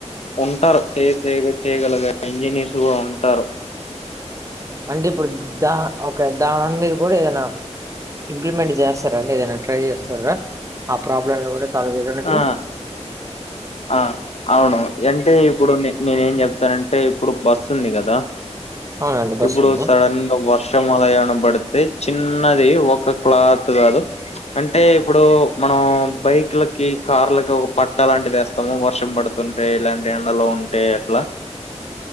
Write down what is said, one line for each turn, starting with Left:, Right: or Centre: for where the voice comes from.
Left: ఉంటారు చేసే చేయగలగే ఇంజనీర్స్ కూడా ఉంటారు
Right: అంటే ఇప్పుడు దా ఒక దాని మీద కూడా ఏదన్నా ఇంప్లిమెంట్ జేస్తారండి ఏదైనా ట్రై చేస్తుర్రా ఆ ప్రాబ్లమ్ లో గూడా సాల్వ్ చేయడానికి
Left: ఆ ఆ అవును అంటే ఇప్పుడు నేనేం చెప్తానంటే ఇప్పుడు బస్సు ఉంది గదా
Right: అవునండి. బస్
Left: ఇప్పుడు
Right: ఉంది.
Left: సడన్ గా వర్ షం అలా ఏమన్నా బడితే చిన్నది ఒక క్లాత్ గాదు అంటే ఇప్పుడు మనం బైక్ లకి కార్లకి ఒక పట్ట లాంటిది యేస్తాం మొత్తం వర్షం పడుతుంటే ఇలాంటి ఎండలో ఉంటే ఎట్లా